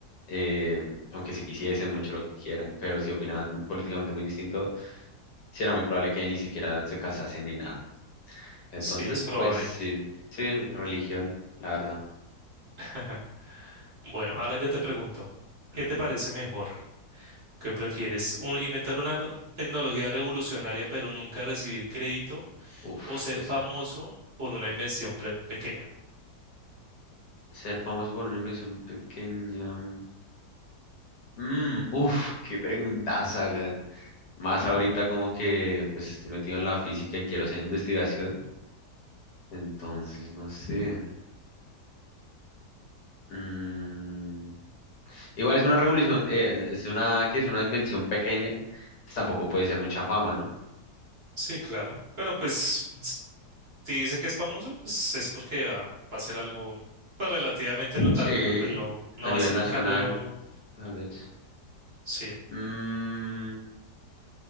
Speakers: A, on the left; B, on the right.
A: eh, aunque se quisiesen mucho lo que quieran, pero si opinaban políticamente muy distinto, sí era muy probable que ni siquiera se casasen ni nada. Entonces,
B: sí, es probable.
A: pues sí, sí, religión, la verdad.
B: <laughs> Bueno, ahora yo te pregunto, ¿qué
A: Ujú.
B: te parece mejor? ¿Qué prefieres? Un- ¿inventar una re- tecnología revolucionaria pero nunca recibir crédito
A: Uf,
B: o ser
A: Tesla.
B: famoso por una invención pre- pequeña?
A: Ser famoso por una invención pequeña. mm. Mm, uf, qué preguntas hagan. Más ahorita como que pues estoy metido en la física y quiero hacer investigación. Entonces, no sé. Mm, igual es una revolución, eh, n- es una, que es una invención pequeña. pues, tampoco puede ser mucha fama, ¿no?
B: Sí, claro. Pero pues s- si dice que es famoso, pues es porque va, va a ser algo pues, relativamente notable,
A: Sí,
B: pero pues no, no
A: a
B: va
A: nivel
B: a ser
A: nacional,
B: un cambio.
A: tal vez.
B: Sí,
A: Mm,